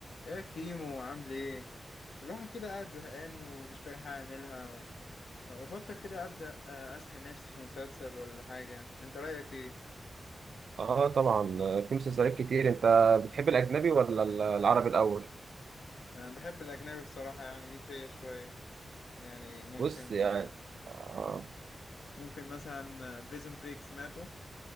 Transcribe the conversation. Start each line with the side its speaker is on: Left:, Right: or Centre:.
Left: يا كيمو عامل ايه؟ الواحد كده قاعد زهقان ومش لاقي حاجة اعملها بفكر كده ابدأ آه، اسحل نفسي في مسلسل ولا حاجة انت رأيك ايه؟
Right: اه طبعا آه، في مسلسلات كتير انت بتحب الاجنبي ولا ال- العربي الاول
Left: أه بحب الاجنبي بصراحة يعني ليه فيا شوية يعني ممكن
Right: بص يعني
Left: آه،
Right: اه,
Left: ممكن مثلا بريزون بريك سمعته